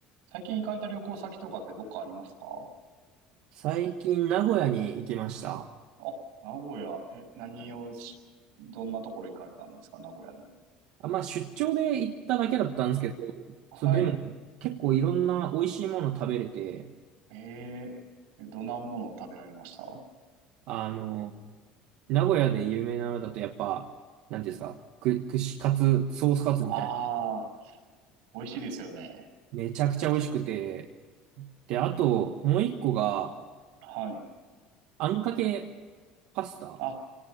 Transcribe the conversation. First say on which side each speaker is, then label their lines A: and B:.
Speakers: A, on the right; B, on the right.
A: 最近行かれた旅行先とかってどっかありますか
B: 最近名古屋に行きました。
A: あ、名古屋。え、何をし、どんなところ行かれたんですか名古屋の。
B: あ、まあ出張で行っただけだったんですけど、
A: ああ、
B: そう、
A: はい。
B: でも結構いろんな美味しいもの食べれて、
A: ええ、えどんなものを食べられました
B: あの、名古屋で有名なのだとやっぱ、なんていうんですか、く、串カツ、ソースカツみたいな。
A: ああー、美味しいですよね。
B: めちゃくちゃ美味しくて、で、あともう一個が、
A: はい。
B: あんかけパスタ。
A: あ、